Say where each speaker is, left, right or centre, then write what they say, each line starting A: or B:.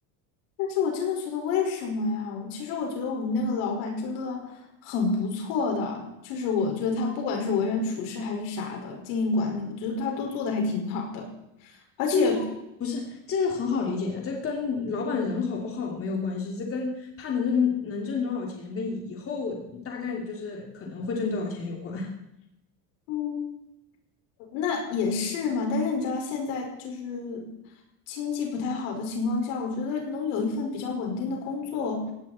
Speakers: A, on the left (about 80°); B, on the left (about 35°).
A: 但是我真的觉得为什么呀？我其实我觉得我们那个老板真的很不错的，就是我觉得他不管是为人处事还是啥的，经营管理，我觉得他都做的还挺好的，而且。
B: 就要不是这个很好理解呀、这跟老板人好不好没有关系，这跟他能挣能挣多少钱，跟以后大概就是可能会挣多少钱有关。<laughs>
A: 嗯。那也是嘛，但是你知道现在就是经济不太好的情况下，我觉得能有一份比较稳定的工作